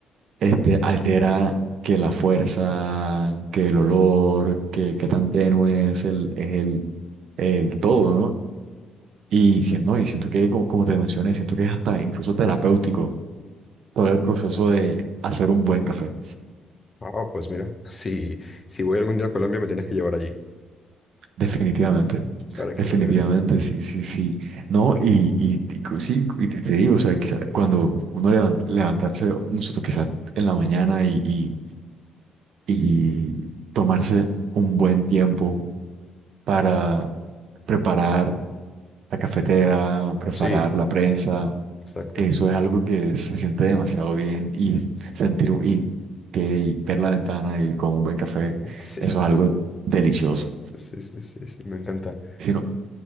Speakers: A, on the right (about 70°); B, on the left (about 30°).
A: este, altera que la fuerza, que el olor, que qué tan tenue es el, es el, el todo, ¿no? Y siento, y siento que, como, como te mencioné, siento que es hasta incluso terapéutico todo el proceso de hacer un buen café.
B: Ah, pues mira, si, si voy algún día a Colombia me tienes que llevar allí
A: Definitivamente,
B: para que
A: definitivamente,
B: lo vea.
A: sí, sí, sí. No, y, y, y cu- sí, y te, te digo, o sea, quizá cuando uno levan- levantarse, nosotros quizás en la mañana y, y, y tomarse un buen tiempo para preparar la cafetera, preparar
B: Sí,
A: la prensa.
B: exacto.
A: Eso es algo que se siente demasiado bien y sentir y, que, y ver la ventana y con un buen café,
B: <laughs> Sí,
A: eso es algo delicioso.
B: sí, sí, sí, sí, me encanta.
A: Si no,